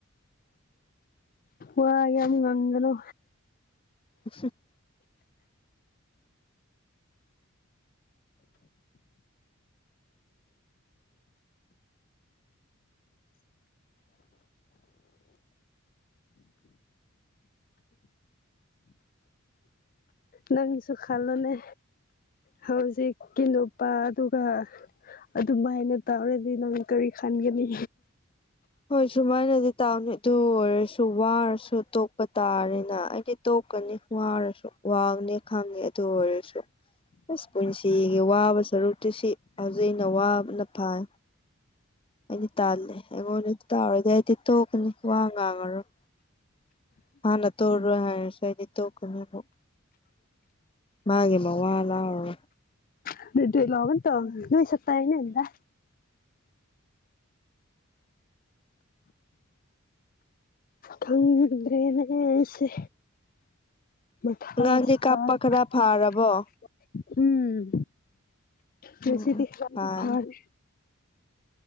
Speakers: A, on the left; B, on the left.
A: ꯋꯥ ꯌꯝ ꯉꯥꯡꯒꯅꯨ
B: ꯎ <inaudible>
A: ꯅꯪꯁꯨ ꯈꯜꯂꯣꯅꯦ ꯍꯧꯖꯤꯛꯀꯤ ꯅꯨꯄꯥ ꯑꯗꯨꯒ ꯑꯗꯨ ꯃꯥꯏꯅ ꯇꯧꯔꯗꯤ ꯅꯪ ꯀꯔꯤ ꯈꯟꯒꯅꯤ
B: ꯍꯣꯏ ꯁꯨꯃꯥꯏꯅꯗꯤ ꯇꯥꯕꯅꯦ ꯑꯗꯨ ꯑꯣꯏꯔꯁꯨ ꯋꯥꯔꯁꯨ ꯇꯣꯛꯄ ꯇꯥꯔꯦꯅ ꯑꯩꯗꯤ ꯇꯣꯛꯀꯅꯤ ꯋꯥꯔꯁꯨ ꯋꯥꯕꯅꯦ ꯈꯪꯉꯦ ꯑꯗꯨ ꯑꯣꯏꯔꯁꯨ ꯑꯁ ꯄꯨꯟꯁꯤꯒꯤ ꯋꯥꯕ ꯁꯔꯨꯛꯇꯨ ꯁꯤ ꯍꯧꯖꯤꯛꯅ ꯋꯥꯕꯅ ꯐꯥꯔꯦ ꯑꯩꯗꯤ ꯇꯥꯜꯂꯦ ꯑꯩꯉꯣꯟꯗ ꯇꯥꯔꯗꯤ ꯑꯩꯗꯤ ꯇꯣꯛꯀꯅꯤ ꯋꯥ ꯉꯥꯡꯉꯔꯣꯏ ꯍꯥꯟꯅ ꯇꯨꯔꫭ ꯍꯥꯏꯔꯁꯨ ꯑꯩꯗꯤ ꯇꫭꯛꯀꯅꯤꯕꫭ ꯃꯥꯒꯤ ꯃꯋꯥ ꯂꯧ
A: <unintelligible> ꯗꯤ ꯂꯒꯅꯤ ꯇ ꯅꯨꯏ ꯁꯛꯇ ꯇꯩꯅ ꯑ ꯈꯪꯗꯔꯦꯅꯦ ꯑꯩꯁꯦ ꯁ
B: ꯑꯉꯥꯡꯗꯤ ꯀꯥꯞꯄ
A: <unintelligible>
B: ꯈꯔ ꯐꯥꯔꯕꯣ
A: ꯎꯝ ꯃꯦꯁꯤꯗꯤ
B: ꯎꯝ ꯎꯝ
A: ꯂꯝꯕꯤ
B: ꯐꯩ
A: ꯐꯥꯔꯦ